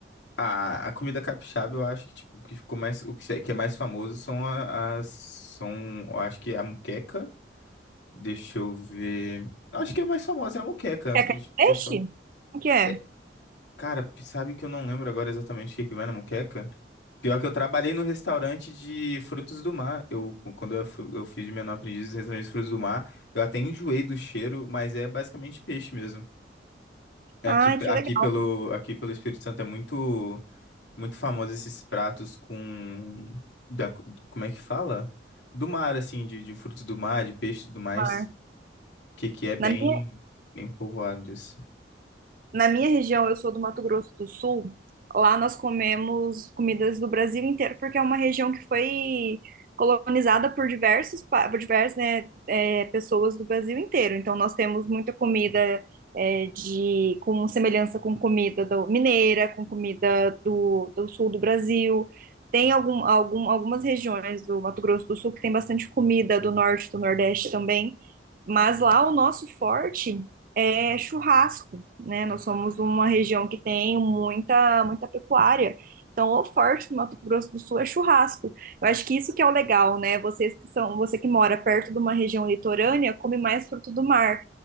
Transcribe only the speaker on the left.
A, a comida capixaba, eu acho que, tipo, que ficou mais, o que se- que é mais famoso são a- as, são, eu acho que é a moqueca, deixa eu ver, Eu acho que a mais famosa é a moqueca,
que
o
pessoal,
é, cara, p- sabe que eu não lembro agora exatamente o que que vai na moqueca? Pior que eu trabalhei no restaurante de frutos do mar, eu, quando eu, fui- eu fiz de menor aprendiz no restaurante de frutos do mar, eu até enjoei do cheiro, mas é basicamente peixe mesmo. Aqui,
aqui
pelo, aqui pelo Espírito Santo é muito. Muito famosos esses pratos com. Da... Como é que fala? Do mar, assim, de, de frutos do mar, de peixe e tudo mais.
Que, que é bem,
bem povoado disso.